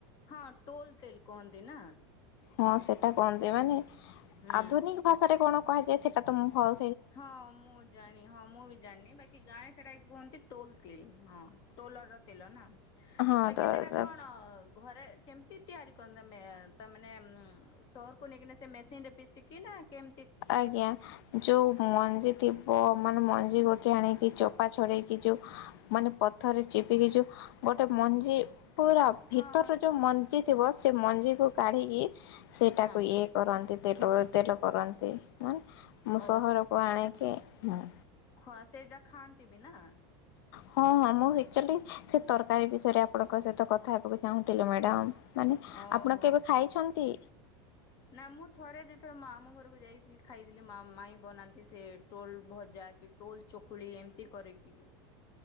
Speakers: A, on the left; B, on the left.
A: ହଁ ଟୋଲ ତେଲ କହନ୍ତି ନା?
B: ହଁ ସେଟା କୁହନ୍ତି ମାନେ
A: ହୁଁ।
B: ଆଧୁନିକ ଭାଷାରେ କଣ? କୁହାଯାଏ ସେଟ ତ ଭଲ
A: ହଁ ମୁଁ ଜାଣିନି ହଁ ମୁଁ ବି ଜାଣିନି ବାକି ଗାଁ ସେଟା କୁହନ୍ତି। ଟୋଲତିଲ। ହଁ ଟୋଲ ର ତେଲ ନା
B: ହଁ ହଁ
A: ବାକି ସେଟା କଣ? ଘରେ କେମିତି ତିଆରି କରନ୍ତିମେ ତାନେ ଉ ସହ ନେଇକି ନା ସେ ମେସିନ ରେ ପିଶିକି ନା କେମି
B: ଆଜ୍ଞା ଯୋଉ। ମଞ୍ଜି ଥିବ ମାନେ ମଞ୍ଜି ଗୋଟେ ଆଣିକି ଚୋପା ଛଡେଇକି ଯୋଉ ମାନେ ପଥରେ ଚିପିକି ଯୋଉ ଗୋଟେ ମଞ୍ଜି ପୁରା ଭିତର
A: ହଁ ହଁ
B: ଯୋଉ ମ ଜି ଥିବ ସେ ମଞ୍ଜିକୁ କାଢ଼ିକି। ସେଇଟାକୁ
A: ହଁ
B: ଇଏ କରନ୍ତି। ତେଲ ତେଲ କରନ୍ତି। ସେ। ମାନେ ମୁଁ
A: ଓ
B: ସହରକୁ ଆଣିକି ହଁ।
A: ହଁ ସେଇଟା ଖାଆନ୍ତି ବି ନା।
B: ହଁ ହଁ ମୁଁ ହେଇଚି ସେ ତରକାରୀ ବିଷୟରେ ଆ ଆପଣଙ୍କ ସହିତ କଥା ହେବାକୁ ଚାହୁଁଥିଲୁ ମ୍ୟାଡ଼ାମ ମାନେ
A: ଓହୋ।
B: ଆପଣ କେବେ ଖାଇଛନ୍ତି।
A: ନା ମୁଁ ଥରେ ଦି ଥର ମାମୁଁ ଘରକୁ ଯାଇଥିଲି ଖାଇଥିଲି ମାଇ ବନାନ୍ତି ସେ ଟୋଲ ଭଜା କି ଟୋଲ ଚକୁଳି ଏମିତି କରିକି।